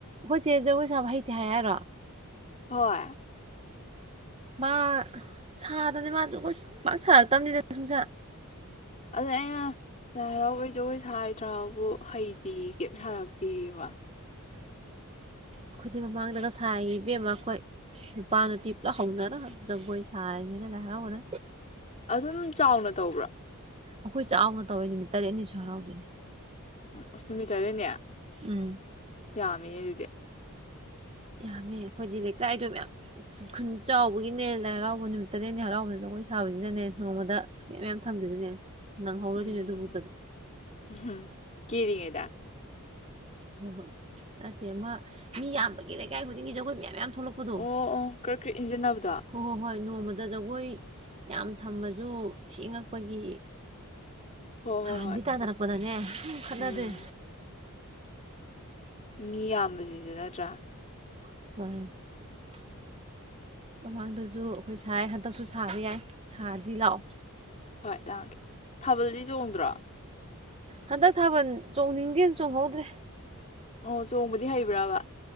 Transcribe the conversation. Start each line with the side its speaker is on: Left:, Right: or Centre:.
Right: ꯈꯣꯏꯆꯦ ꯖꯒꯣꯏ ꯁꯥꯕ ꯍꯩꯇꯦ ꯍꯥꯢ ꯍꯥꯏꯔꯣ
Left: ꯍꯣꯏ
Right: ꯃꯥ ꯁꯥꯗꯗꯤ ꯃꯣꯢꯁꯨ ꯈꯣꯢ ꯄꯥꯛ ꯁꯥꯔꯛꯇꯕꯅꯤꯗ ꯁꯨꯡꯁꯥ
Left: ꯑꯗꯨꯗ ꯑꯩꯅ ꯂꯥꯏ ꯍꯔꯥꯎꯕꯩ ꯖꯒꯣꯏ ꯁꯥ ꯍꯩꯇ꯭ꯔ ꯍꯥꯢꯕꯨ ꯍꯩꯇꯦꯌꯦ ꯀꯩꯝ ꯁꯥꯔꯛꯇꯦꯌꯦ ꯃꯥ
Right: ꯑꯩꯈꯣꯢꯗꯤ ꯃꯃꯥꯡꯗꯒ ꯁꯥꯥꯏꯌꯦ ꯏꯕꯦꯝꯃ ꯑꯩꯈꯣꯏ ꯅꯨꯄꯥ ꯅꯨꯄꯤ ꯄꯨꯂꯞ ꯍꯧꯅꯔ ꯖꯒꯣꯏ ꯁꯥꯔꯤꯅꯤꯗ ꯂꯥꯏ ꯍꯔꯥꯎꯕꯅ
Left: ꯑꯗꯨꯝ ꯆꯥꯎꯅ ꯇꯧꯕ꯭ꯔ
Right: ꯑꯩꯈꯣꯏ ꯆꯥꯎꯅ ꯇꯧꯋꯦ ꯅꯨꯃꯤꯠ ꯇꯔꯦꯠꯅꯤꯁꯨ ꯍꯔꯥꯎꯗꯣꯏꯅꯦ
Left: ꯎ ꯅꯨꯃꯤꯠ ꯇꯔꯦꯠꯅꯤ
Right: ꯎꯝ
Left: ꯌꯥꯝꯃꯤꯅꯦ ꯑꯗꯨꯗꯤ
Right: ꯌꯥꯝꯃꯦ ꯑꯩꯈꯣꯏꯗꯤ ꯂꯩꯀꯥꯏꯗꯣ ꯃꯌꯥꯝ ꯈꯨꯟ ꯆꯥꯎꯕꯒꯤꯅꯦ ꯂꯥꯏ ꯍꯔꯥꯎꯕ ꯅꯨꯃꯤꯠ ꯇꯔꯦꯠꯅꯤ ꯍꯔꯥꯎꯕꯗ ꯖꯒꯣꯏ ꯁꯥꯕꯁꯤꯗꯅꯦ ꯅꯣꯡꯃꯗ ꯃꯌꯥꯝ ꯃꯌꯥꯝ ꯊꯪꯗꯩꯅꯦ ꯅꯪꯍꯧꯔꯣꯏꯗꯣꯏꯅꯦ
Left: ꯎꯝ
Right: ꯑꯗꯨꯕꯨꯛꯇ
Left: ꯎꯝ <inaudible>
Right: ꯍꯣ ꯍꯣꯏ ꯅꯠꯇꯦ ꯃ ꯃꯤ ꯌꯥꯝꯕꯒꯤ ꯂꯩꯀꯥꯏ ꯈꯨꯗꯤꯡꯒꯤ ꯖꯒꯣꯏ ꯃꯌꯥꯝ ꯌꯥꯝ ꯊꯣꯛꯂꯛꯄꯗꯣ
Left: ꯑꯣ ꯑꯣ ꯀ꯭ꯔꯛ ꯀ꯭ꯔꯛ ꯏꯟꯖꯟꯅꯕꯗꯣ
Right: ꯍꯣ ꯍꯣ ꯍꯣꯏ ꯅꯣꯡꯃꯗ ꯖꯒꯣꯏ ꯌꯥꯝ ꯊꯝꯃꯁꯨ ꯊꯦꯡꯉꯛꯄꯒꯤ
Left: ꯍꯣꯏ ꯍꯣꯏ
Right: ꯍꯥꯟꯅꯗꯤ
Left: ꯍꯣꯏ
Right: ꯇꯥꯟꯅꯔꯛꯄꯗꯅꯦ ꯁꯝ ꯈꯠꯅꯗꯩ
Left: ꯎꯝ ꯃꯤ ꯌꯥꯝꯕꯁꯤꯁꯨ ꯅꯠꯇ꯭ꯔ
Right: <unintelligible> ꯃꯃꯥꯡꯗꯁꯨ ꯑꯩꯈꯣꯏ ꯁꯥꯏ ꯍꯟꯗꯛꯁꯨ ꯁꯥꯕ ꯌꯥꯏ ꯁꯥꯗꯤ ꯂꯥꯛꯑꯣ
Left: ꯍꯣꯏ ꯂꯥꯛꯑꯒꯦ ꯊꯥꯕꯜꯗꯤ ꯆꯣꯡꯗ꯭ꯔꯣ
Right: ꯍꯟꯗꯛ ꯊꯥꯕꯜ ꯆꯣꯡꯅꯤꯡꯗꯦꯅ ꯆꯣꯡꯍꯧꯗ꯭ꯔꯦ
Left: ꯑꯣ ꯆꯣꯡꯕꯗꯤ ꯍꯩꯕ꯭ꯔꯕ